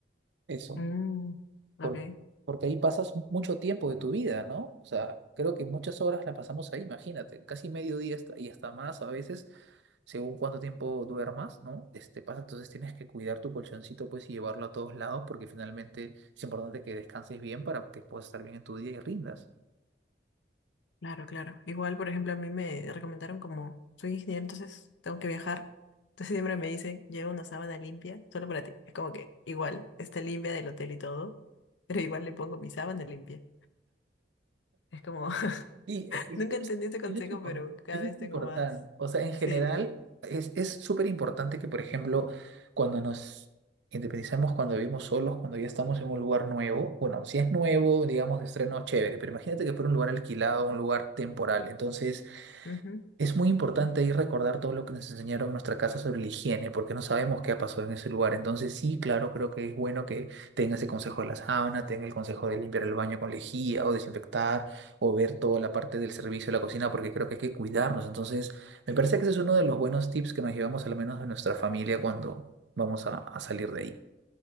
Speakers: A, on the right; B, on the left.
A: eso,
B: Mm, ok,
A: por- porque ahí pasas mucho tiempo de tu vida, ¿no? O sea, creo que muchas horas la pasamos ahí, imagínate, casi medio día hasta- y hasta más a veces, según cuánto tiempo duermas, ¿no? Este pasa, entonces tienes que cuidar tu colchoncito, pues, y llevarlo a todos lados, porque finalmente es importante que descanses bien para que puedas estar bien en tu día y rindas.
B: claro, claro. Igual, por ejemplo, a mí me recomendaron como, soy ingeniero, entonces tengo que viajar. Entonces siempre me dicen, lleva una sábana limpia, solo para ti. Es como que igual, está limpia del hotel y todo, pero igual le pongo mi sábana limpia. Es como... <laughs>
A: Sí, es que eso
B: Nunca entendí
A: es,
B: este consejo,
A: eso es impor-
B: pero cada
A: eso
B: vez
A: es
B: tengo
A: importante.
B: más.
A: O sea, en general,
B: Sí.
A: es, es súper importante que, por ejemplo, cuando nos independizamos, cuando vivimos solos, cuando ya estamos en un lugar nuevo, bueno, si es nuevo, digamos, de estreno, chévere, pero imagínate que fuera un lugar alquilado, un lugar temporal. Entonces,
B: Ujú.
A: es muy importante ahí recordar todo lo que nos enseñaron en nuestra casa sobre la higiene, porque no sabemos qué ha pasado en ese lugar. Entonces, sí, claro, creo que es bueno que tenga ese consejo de la sábana, tenga el consejo de limpiar el baño con lejía o desinfectar o ver toda la parte del servicio de la cocina, porque creo que hay que cuidarnos. Entonces, me parece que ese es uno de los buenos tips que nos llevamos al menos de nuestra familia cuando vamos a, a salir de ahí.